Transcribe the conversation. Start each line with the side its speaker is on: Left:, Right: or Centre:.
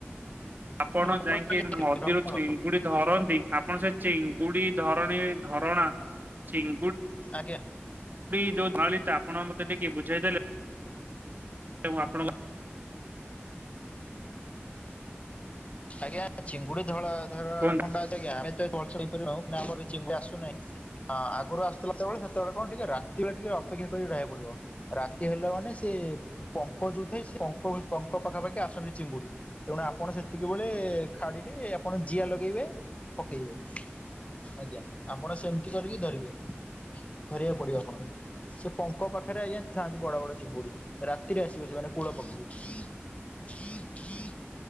Right: ଆପଣ
Left: ଭ୍ରମଣ
Right: ଯାଇକି
Left: ପାଇଁ ଯାଇଥିଲି
Right: ନଦୀରୁ
Left: ଭ୍ରମଣ
Right: ଚିଙ୍ଗୁଡି ଧରନ୍ତି। ଆପଣ ସେ ଚିଙ୍ଗୁଡି ଧରଣୀ ଧରଣା ଚିଙ୍ଗୁଡ।
Left: ଆଜ୍ଞା।
Right: ଚିଙ୍ଗୁଡି ଯୋଉ ଧରଳିଟା ତ ଆପଣ ମତେ ଟିକେ ବୁଝେଇଦେଲେ ଆପଣଙ୍କ
Left: ଆଜ୍ଞା ଚିଙ୍ଗୁଡି ଧଳ- ଧର
Right: କୁହନ୍ତୁ।
Left: -କଟା- ଆଜ୍ଞା। <unintelligible> ଆସୁନାହିଁ। ହଁ ଆଗରୁ ଆସଥିଲା ଯେତେବେଳେ ସେତେବେଳେ କଣ ଟିକେ ରାତିରେ ଟିକେ ଅପେକ୍ଷା କରି ରହିବାକୁ ପଡିବ। ରାତି ହେଲା ମାନେ ସେ ପଙ୍କ ଯୋଉ ଥାଏ ସେ ପଙ୍କ ପଙ୍କ ପାଖାପାଖି ଆସନ୍ତି ଚିଙ୍ଗୁଡି ତେଣୁ ଆ ଆପଣ ସେତିକି ବେଳେ ଖାଡିରେ ଆପଣ ଜିଆ ଲଗେଇବେ ପକେଇବେ। ଆଜ୍ଞା ଆପଣ ସେମିତି କରିକି ଧରିବେ। ଧରିବାକୁ ପଡିବ ଆପଣଙ୍କୁ। ସେ ପଙ୍କ ପାଖରେ ଆଜ୍ଞା ଥାଆନ୍ତି ବଡ ବଡ ଚିଙ୍ଗୁଡି ରାତିରେ ଆସିବ ସେମାନେ କୂଳ ପାଖକୁ। <inaudible>